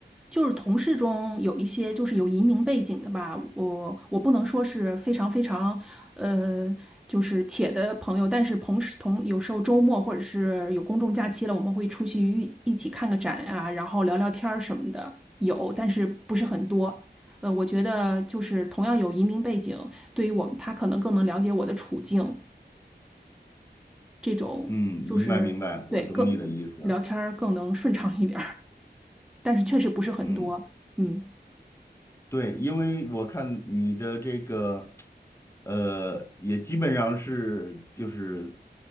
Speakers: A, in the centre; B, on the left.
A: 就是同事中有一些就是有移民背景的吧，我我不能说是非常非常呃就是铁的朋友，但是同时同有时候周末或者是有公众假期了，我们会出去一一起看个展啊，然后聊聊天儿什么的，有，但是不是很多。呃，我觉得就是同样有移民背景，对于我们他可能更能了解我的处境，这种就是对更聊天儿更能顺畅一点儿，
B: 嗯，明白明白，我懂你的意思。
A: 但是确实不是很多，
B: 嗯。
A: 嗯，
B: 对，因为我看你的这个，呃，也基本上是就是